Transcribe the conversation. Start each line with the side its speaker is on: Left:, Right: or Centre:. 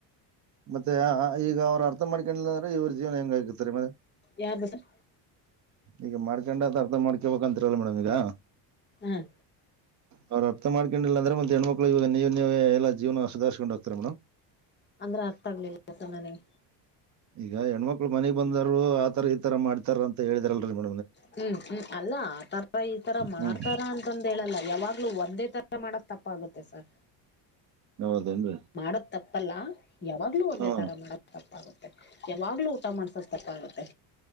Right: ಮತ್ತೆ ಈಗ ಅವ್ರ ಅರ್ಥ ಮಾಡ್ಕೆಂಡಿಲ್ಲಂದ್ರೆ ಇವ್ರ ಜೀವನ ಹೆಂಗ ಆಗತ್ತರಿ
Left: ಯಾರ್ದು ಸರ್
Right: ಈಗಮಾಡ್ಕೆಂಡಾತ ಅರ್ಥಮಾಡ್ಕ್ಯಾಬೇಕ್ ಅಂತಿರಲ್ಲ ಮೇಡಮ್ ಈಗ
Left: ಹ್ಮ್
Right: ಅವ್ರ್ ಅರ್ಥಮಾಡ್ಕೆಂಡಿಲ್ ಅಂದ್ರಮತ್ ಹೆಣ್ಮಕ್ಳು ಈವ ನೀವು ನೀವೇ ಎಲ್ಲ ಜೀವನ ಸುದಾರಿಸ್ಗೆಂಡ್ ಹೋಗ್ತಿರ್ಯಾ ಮೇಡಮ್
Left: ಅಂದ್ರ ಅರ್ಥ ಆಗ್ಲಿ <unintelligible> ತ್ತ ನನಗೆ
Right: ಈಗ ಹೆಣ್ಮಕ್ಳು ಮನಿಗ್ ಬಂದರು ಆತರ ಈ ತರ ಮಾಡ್ತಾರ ತ ಹೇಳಿದಿರಲ್ರಿೇಮ್
Left: ಹ್ಮ್ ಹ್ಮ್ ಅಲ್ಲ ಆತರ ಈತರ ಮಾಡ್ತಾರ
Right: ಹ್ಮ್
Left: ಅಂತಂದ ಹೇಳಲ್ಲ ಯಾವಾಗ್ಲೂ ಒಂದೇ ಮಾಡಕ್ ತಪ್ಪಾಗುತ್ತೆ ಸರ್
Right: ಹೌದೇನ್ರಿ
Left: ಮಾಡ ತಪ್ಪಲ್ಲ ಯಾವಾಗ್ಲೂ ಒಂದೇ
Right: ಹಾ
Left: ತರ ಮಾಡ ತಪ್ಪಾಗುತ್ತೆ ಯಾವಾಗ್ಲೂ ಊಟ ಮಾಡ್ಸೋದ ತಪ್ಪಾಗುತ್ತೆ